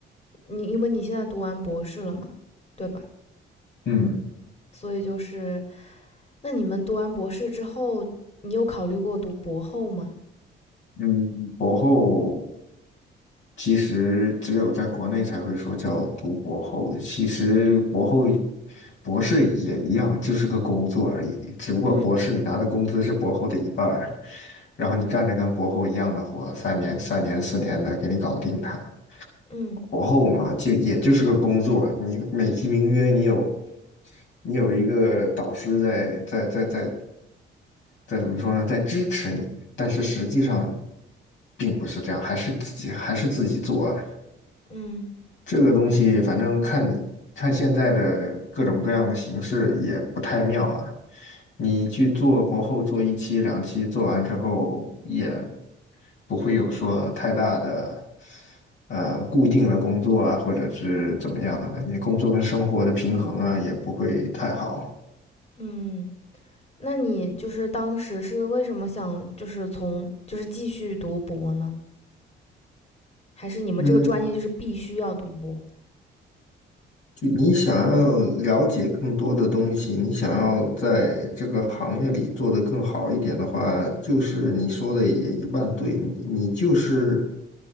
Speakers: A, on the left; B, on the left.
A: 你因为你现在读完博士了嘛，对吧？
B: 嗯
A: 所以就是，那你们读完博士之后，你有考虑过读博后吗？
B: 嗯，博后。其实只有在国内才会说叫读博后，其实博后博士也一样，就是个工作而已，只不过博士你拿的工资是博后的一半儿，
A: 嗯
B: 然后你干着跟博后一样的活，
A: 嗯
B: 三年、三年、四年的给你搞定它。
A: 嗯
B: 博后嘛，就也就是个工作，你美其名曰你有你有一个导师在在在在在怎么说呢，在支持你，但是实际上
A: 嗯
B: 并不是这样，还是自己还是自己做。
A: 嗯
B: 这个东西反正看你看现在的各种各样的形式也不太妙啊。你去做博后做一期两期，做完之后也不会有说太大的呃固定的工作啊，或者是怎么样的，你工作跟生活的平衡啊也不会太好。
A: 嗯，那你就是当时是为什么想就是从就是继续读博呢？还是你们这个专业就是必须要读博？
B: 嗯，就你想要了解更多的东西，你想要在这个行业里做得更好一点的话，就是你说的也一半对，你就是